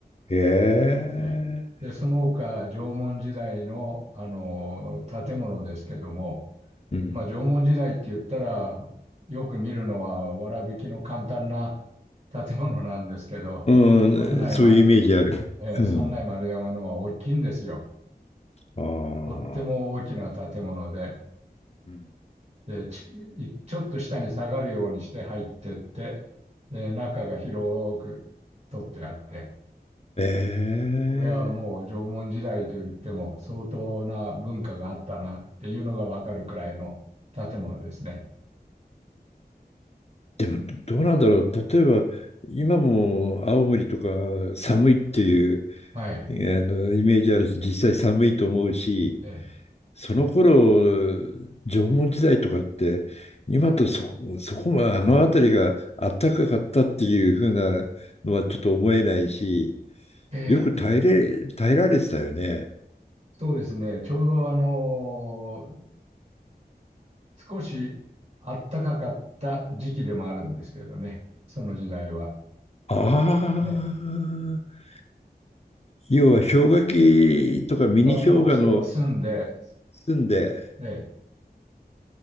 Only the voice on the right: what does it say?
ええで、その他、縄文時代の、あの、建物ですけども、
まあ、縄文時代って言ったら、よく見るのは、わらびきの簡単な建物なんですけど、
三内丸山、
ええ、
三内丸山のは大きいんですよ。
とっても大きな建物で、
で、ち、いちょっと下に下がるようにして入ってって、で、中が広く取ってあって、
これはもう縄文時代と言っても相当な文化があったなっていうのがわかるくらいの建物ですね。
はい。
え
ええーとですね、
そうですね。ちょうどあのー少し暖かかった時期でもあるんですけれどね。その時代は。
ええ
まあ、もうそれが済んで、
ええ